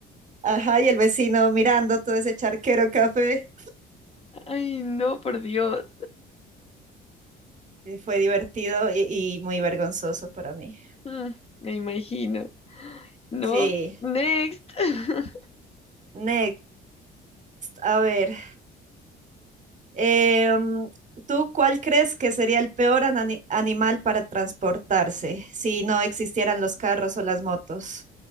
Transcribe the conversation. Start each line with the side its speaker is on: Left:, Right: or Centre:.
Right: Ajá, y el vecino mirando todo ese charquero café.
Left: Ay, no, por Dios.
Right: Eh, Fue divertido y, y muy vergonzoso para mí.
Left: Mm, Me imagino. No,
Right: Sí,
Left: next. <laughs>
Right: next. A ver, em, ¿tú cuál crees que sería el peor anani- animal para transportarse si no existieran los carros o las motos?